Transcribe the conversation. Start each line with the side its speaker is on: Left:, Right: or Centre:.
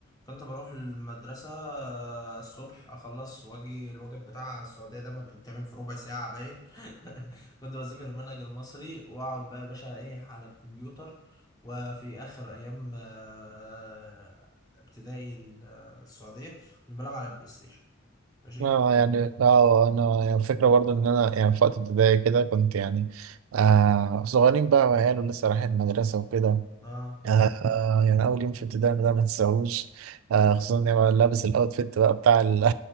Left: كنت بروح المدرسة آه، الصبح أخلص وأجي الواجب بتاع السعودية ده ما بيتعمل في ربع ساعة باين <laughs> كنت بذاكر المنهج المصري وأقعد بقى يا باشا إيه على الكمبيوتر وفي آخر أيام آه، ابتدائي السعوديه كنا بنلعب على البلاي ستيشن ماشي
Right: اه يعني اه انا يعني فكرة برضو ان انا يعني في وقت ابتدائي كده كنت يعني آه صغيرين بقى وعيال ولسه رايحين المدرسة وكده
Left: اه
Right: آه آه، يعني أول يوم في ابتدائي ده ما تنساهوش آه خصوصا إني بقى لابس الأوتفيت بقى بتاع ال...